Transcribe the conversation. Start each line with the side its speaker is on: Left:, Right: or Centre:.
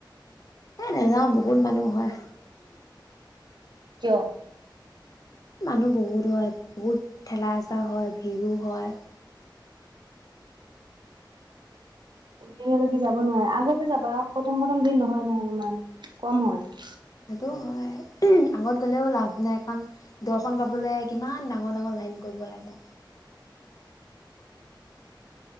Left: এ নাযাওঁ বহুত মানুহ হয়।
Right: কিয়?
Left: মানুহ বহুত হয় বহুত ঠেলা হেচা হয় ভিৰো হয়,
Right: ভিৰলৈকে যাব নোৱাৰে আগতে যাবা প্ৰথম প্ৰথম ভিৰ নহয় নহয় ইমান কম হয়।
Left: সটো হয় আগত গ'লেও লাভ নাই কান দৰ্শন পাবলৈ কিমান ডাঙৰ ডাঙৰ লাইন কৰিব লাগে,